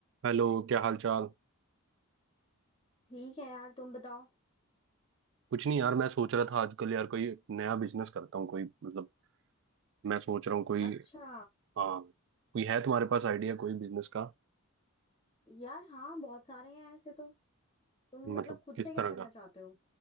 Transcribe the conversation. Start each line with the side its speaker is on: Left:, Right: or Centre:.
Right: Hello क्या हाल चाल
Left: ठीक है यार तुम बताओ
Right: कुछ नहीं यार मैं सोच रहा था आजकल यार कोई नया बिजनेस करता हूँ कोई मतलब मैं सोच रहा हूँ कोई
Left: अच्छा
Right: हाँ कोई है तुम्हारे पास आइडिया कोई बिजनेस का
Left: यार हाँ बहुत सारे हैं ऐसे तो तुम
Right: मतलब
Left: मतलब खुद
Right: किस
Left: से क्या
Right: तरह
Left: करना
Right: का
Left: चाहते हो